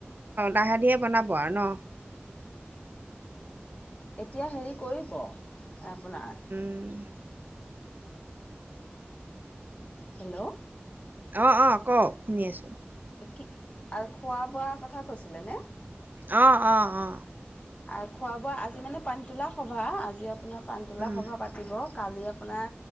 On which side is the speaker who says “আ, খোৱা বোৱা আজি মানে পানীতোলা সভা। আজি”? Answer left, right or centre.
Left